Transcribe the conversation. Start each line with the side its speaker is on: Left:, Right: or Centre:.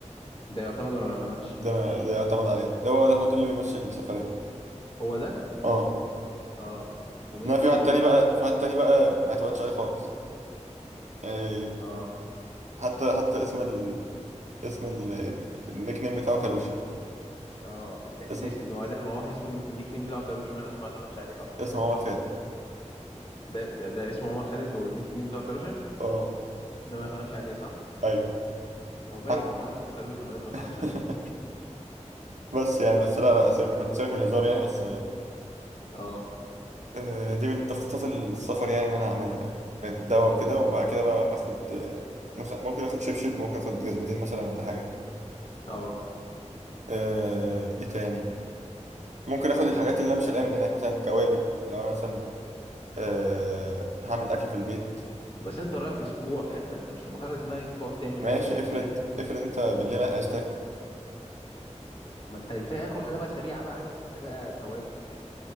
Left: ده يعتمد ولا ما يعتمدش
Right: ده ما ده يعتمد عليه ده هو ده هو ده اللي بيمشي السفرية
Left: هو ده
Right: اه
Left: اه ومين
Right: انما
Left: التاني
Right: في واحد
Left: بقى
Right: تاني بقى في واحد تاني بقى ما اعتمدش عليه خالص يعني
Left: اه
Right: حتى حتى اسم ال... اسم ال... النيك نيم بتاعه كاروش
Left: اه ده
Right: اسم
Left: ده اسم ما هو لا، ما هو واحد اسمه النيك نيم بتاعه كاروشا ما لازم ما يعتمدش عليه طبعا
Right: اسمه عمر خالد
Left: ده ده, ده اسمه عمر خالد والنيك نيم بتاعه كاروشا
Right: اه
Left: ده ما يعتمدش عليه صح؟
Right: ايوه
Left: ما هو باين
Right: حت...
Left: ما هو واحد اسمه كاروشا ما لازم ما يعتمدش
Right: <laughs>
Left: عليه
Right: بس يعني بس لا لا سيبك من سيبك من الهزار يعني بس
Left: اه
Right: آه، دي من تخطيطات السفر يعني ان انا هعملها الدواء
Left: بإذن
Right: وكده وبعد
Left: الله
Right: كده بقى اخد آه، مثلا ممكن اخد شبشب ممكن اخد جزمتين مثلا ولا حاجه
Left: اه
Right: آه، ايه تاني ممكن اخد
Left: ايه تاني
Right: الحاجات اللي انا مش هلاقيها من هناك مثلا توابل لو انا مثلا أه هعمل اكل في البيت
Left: بس انت رايح اسبوع فاهم فانت مش هتبقى حاطط في دماغك انت تقعد تعمل
Right: ماشي
Left: اكل وبتاع
Right: افرض افرض انت بالليل عايز تاكل
Left: ما انت تاكل حاجه بقى سريعه بقى حاجه مش محتاجه توابل وكده